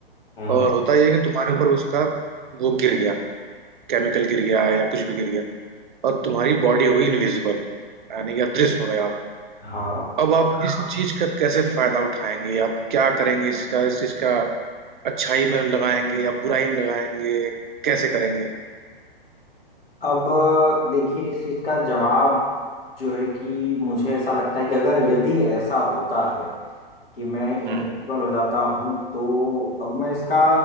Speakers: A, on the left; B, on the right.
A: हम्म,
B: और होता ये है कि तुम्हारे ऊपर उसका वो गिर गया केमिकल गिर गया या कुछ भी गिर गया और तुम्हारी बॉडी हो गई इनविजिबल यानी कि अदृश्य हो गया
A: हाँ
B: अब आप इस चीज का कैसे फायदा उठाएंगे आप क्या करेंगे इसका इस चीज का अच्छाई में लगाएंगे या बुराई में लगाएंगे कैसे करेंगे
A: अब देखिए इस चीज का जवाब जो है कि मुझे ऐसा लगता है कि अगर यदि ऐसा होता है कि मैं इनेबल
B: हम्म
A: हो जाता हूँ तो अब मैं इसका